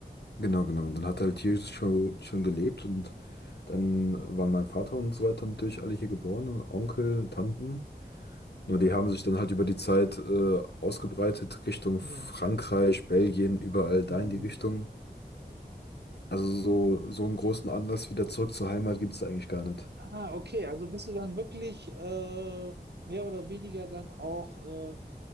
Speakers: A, on the left (about 70°); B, on the right (about 70°).
A: Genau, genau. Und dann hat er halt hier schon, schon gelebt und dann waren mein Vater und so weiter natürlich alle hier geboren, und Onkel, Tanten. Nur die haben sich dann halt über die Zeit äh, ausgebreitet Richtung Frankreich,
B: Ja.
A: Belgien, überall da
B: Hm.
A: in die Richtung. Also so, so einen großen Anlass wieder zurück zur Heimat gibt es eigentlich gar nicht.
B: Ah, okay. Also bist du dann wirklich äh, mehr oder weniger dann auch äh,